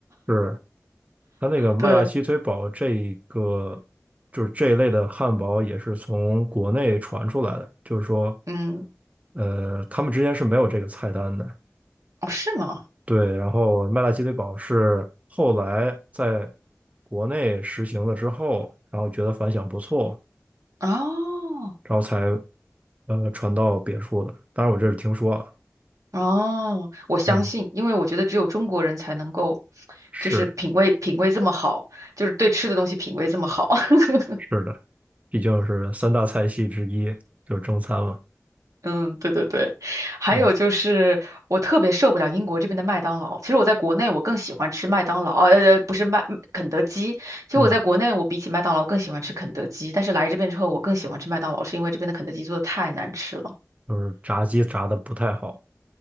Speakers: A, on the right (about 25°); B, on the right (about 85°).
A: 是。它那个麦辣鸡腿堡这一个就是这一类的汉堡也是从国内传出来的，
B: 对，
A: 就是说，
B: 嗯，
A: 呃，他们之间是没有这个菜单的。
B: 哦，是吗？
A: 对，然后麦辣鸡腿堡是后来在国内实行了之后，然后觉得反响不错，
B: 哦
A: 然后才呃传到别处的。当然，我这是听说啊，
B: 哦，我相信，
A: 嗯，
B: 因为我觉得只有中国人才能够，
A: 是
B: 就是品味品味这么好，就是对吃的东西品味这么好。<laughs>
A: 是的，毕竟是三大菜系之一，就是中餐嘛，
B: 嗯，对对对，还有就是我特别受不了英国这边的麦当劳。
A: 嗯
B: 其实我在国内我更喜欢吃麦当劳，哦呃，呃不是麦肯德基。其实我在国内我比起麦当劳更喜欢吃肯德基，
A: 嗯，
B: 但是来这边之后我更喜欢吃麦当劳，是因为这边的肯德基做的太难吃了。
A: 就是炸鸡炸的不太好。